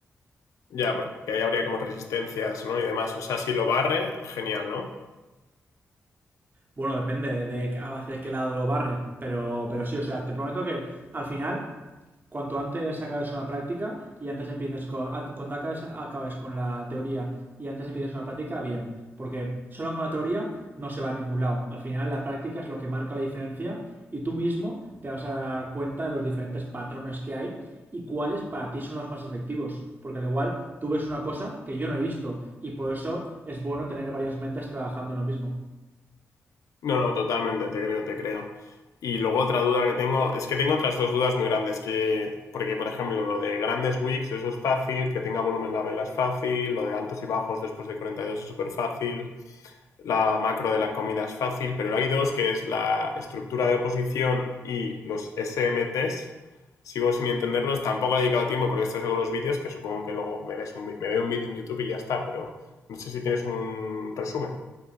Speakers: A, on the left; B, on the right.
A: Ya, porque ahí habría como resistencias, ¿no? Y demás. O sea, si lo barre, genial, ¿no?
B: Bueno, depende de hacia qué lado lo barre, pero, pero sí, o sea, te prometo que al final, cuanto antes acabes una práctica y antes empieces con, an- cuanto acabes, acabes con la teoría y antes empieces con la práctica, bien, porque solo con la teoría no se va a ningún lado. Al final la práctica es lo que marca la diferencia y tú mismo te vas a dar cuenta de los diferentes patrones que hay y cuáles para ti son los más efectivos. Porque al igual tú ves una cosa que yo no he visto y por eso es bueno tener varias mentes trabajando en lo mismo.
A: No, no, totalmente, te creo, te creo. Y luego otra duda que tengo, es que tengo otras dos dudas muy grandes, que, porque por ejemplo lo de grandes wicks, eso es fácil, que tenga volumen la vela es fácil, lo de altos y bajos después de 42 es súper fácil, la macro de la comida es fácil, pero hay dos, que es la estructura de oposición y los SMTs. Sigo sin entenderlos, tampoco he dedicado tiempo porque estás con los vídeos, que supongo que luego me, ves un, me veo un vídeo en YouTube y ya está, pero no sé si tienes un resumen.